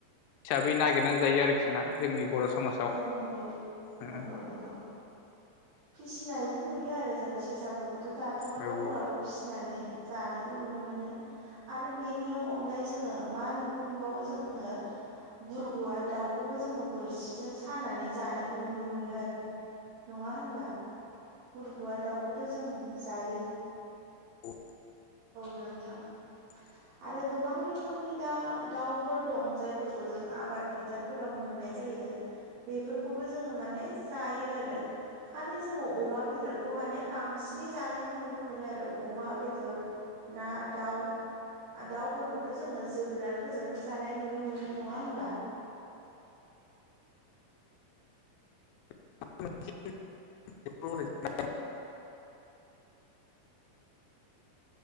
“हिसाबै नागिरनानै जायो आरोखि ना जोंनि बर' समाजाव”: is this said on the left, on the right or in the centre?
Left